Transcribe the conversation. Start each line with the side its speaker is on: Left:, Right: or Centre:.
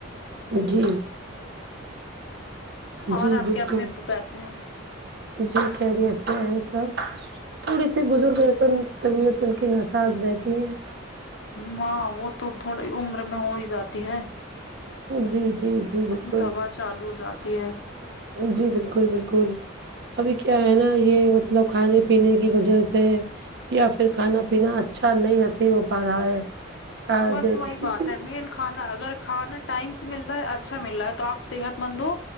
Right: جی
Left: اور
Right: جی
Left: آپ
Right: بالکل
Left: کے امی ابو کیسے ہیں
Right: جی خیری سے ہیں سب تھوڑی سی بزرگ ہیں تو طبیعت کی نساز رہتی ہیں
Left: ہاں وہ تو تھوڑی عمر میں ہو ہی جاتی ہے
Right: جی جی جی بالکل
Left: دوا چالو ہو جاتی ہے
Right: جی بالکل بالکل ابھی کیا ہے نا یہ مطلب کھانے پینے کی وجہ سے یا پھر کھانا پینا اچھا نہیں نصیب ہو پا رہا ہے
Left: بس
Right: جیسے
Left: وہی بات
Right: کہ
Left: ہے مین کھانا اگر کھانا ٹائم سے مل رہا ہے اچھا مل رہا ہے تو آپ صحت مند ہو